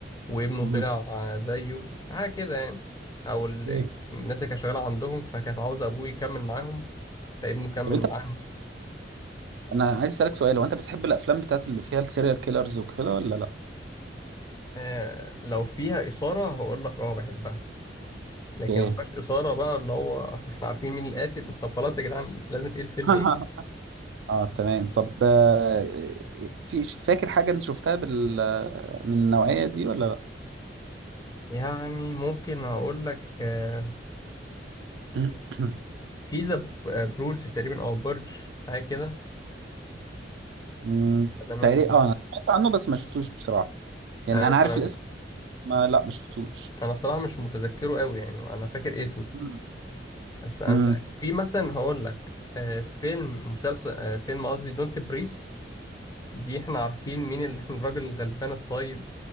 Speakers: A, on the left; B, on the right.
A: وابنه
B: مم.
A: طلع زيه حاجة كده يعني أو ال...
B: إيه.
A: ال- الناس اللي كانت شغالة عندهم فكانت عاوزة أبوه يكمل معاهم فابنه كمل
B: طب انت
A: معاهم
B: انا عايز اسالك سؤال هو انت بتحب الافلام بتاعت اللي فيها السيريال كيلرز وكده ولا لا
A: آه لو فيها إثارة هقول لك أه بحبها لكن
B: ايه
A: ما فيهاش إثارة بقى اللي هو <laughs> إحنا عارفين مين القاتل طب خلاص يا جدعان لازم تقيل فيلم
B: <laughs>
A: إيه بقى
B: اه تمام طب آه، إيه، في فاكر حاجة انت شفتها بال من النوعية دي ولا
A: يعني ممكن أقول لك آه
B: لا <clears throat>
A: في ذا بروج تقريبا أو برج حاجة كده
B: مم،
A: أنا من...
B: تقريبا اه انا سمعت عنه بس ما شفتوش بصراحة يعني
A: أنا
B: انا عارف
A: أنا
B: الاسم ما لا ما شفتوش
A: أنا الصراحة مش متذكره قوي يعني أنا فاكر اسمه
B: مم.
A: بس انا
B: مم.
A: مش عارف في مثلا هقول لك آه، فيلم مسلسل آه، فيلم قصدي دونت بريس دي احنا عارفين مين ال- <laughs> الراجل الغلبان الطيب